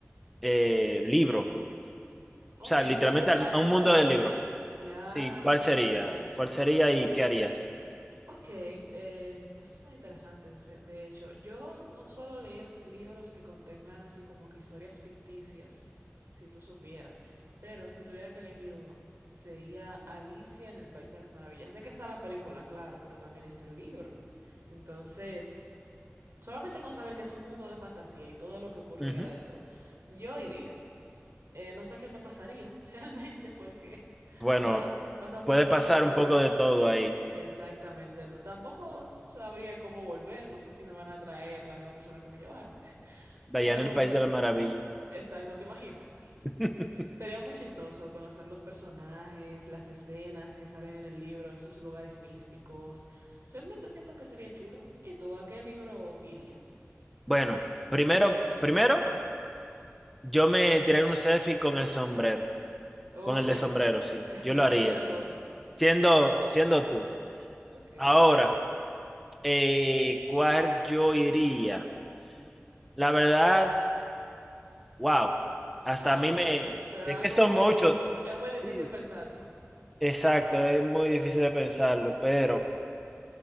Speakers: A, in the centre; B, on the right (about 80°).
A: eh, libro?
B: Ok,
A: O sea, literalmente
B: si yo pudiera
A: al- a
B: entrar
A: un mundo de
B: en
A: libros.
B: un libro, ya
A: Sí, ¿cuál
B: interesante.
A: sería? ¿Cuál sería y qué harías?
B: Ok, eh, eso es muy interesante. De re- de hecho, yo no suelo leer libros que contengan así como que historias ficticias, si tú supieras, pero si tuviera que elegir uno, sería Alicia en el País de las Maravillas. Sé que está la película, claro, pero también está el libro. Entonces, solamente con saber que es un mundo de fantasía y todo lo que ocurre
A: Ujú.
B: ahí adentro, yo iría. Eh, no sé qué me pasaría <laughs> realmente porque <laughs>
A: Bueno,
B: pasa, pasan muchas
A: puede pasar
B: cosas locas.
A: un poco de todo ahí,
B: Exactamente. No- Tampoco sabría cómo volver. No sé si me van a traer la misma persona que me llevaron.
A: de
B: Pero,
A: allá en el País de las Maravillas.
B: exacto, ¿te imaginas? <laughs>
A: <laughs>
B: Sería muy chistoso conocer los personajes, las escenas que salen en el libro, esos lugares místicos. Realmente siento que sería chulo. ¿Y tú a qué libro irías?
A: Bueno, primero, primero, yo me tiré un selfie con el sombrero,
B: Oh,
A: con el
B: ya.
A: de sombrero,
B: <laughs>
A: sí,
B: El
A: yo
B: sombrerero
A: lo haría,
B: loco.
A: siendo, siendo tú.
B: Ok.
A: Ahora, eh, ¿cuál yo iría? La verdad, wow, hasta
B: Ah,
A: a mí me,
B: te da
A: de que
B: como...
A: son muchos,
B: Es muy
A: sí,
B: difícil pensarlo.
A: exacto, es muy difícil de pensarlo, pero